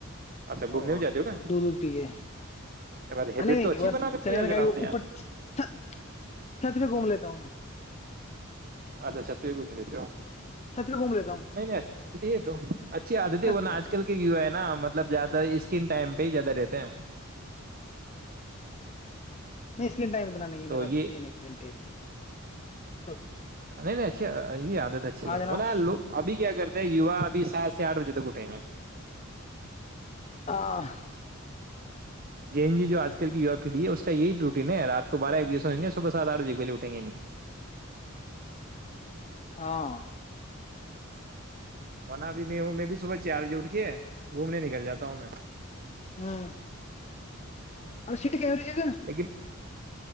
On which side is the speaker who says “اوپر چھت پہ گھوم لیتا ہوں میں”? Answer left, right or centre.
Left